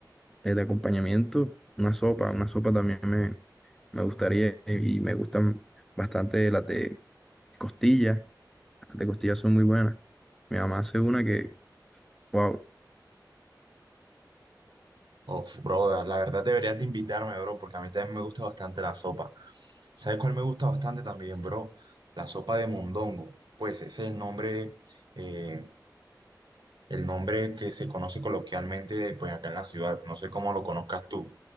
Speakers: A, in the centre; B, on the right.
A: eh, de acompañamiento, una sopa. Una sopa también me, me gustaría y me gustan bastante las de costilla. Las de costilla son muy buenas. Mi mamá hace una que, wow,
B: Of, bro, la verdad deberías de invitarme, bro, porque a mí también me gusta bastante la sopa. ¿Sabes cuál me gusta bastante también, bro? La sopa de mondongo. Pues ese es el nombre, eh, el nombre que se conoce coloquialmente, pues acá en la ciudad. No sé cómo lo conozcas tú.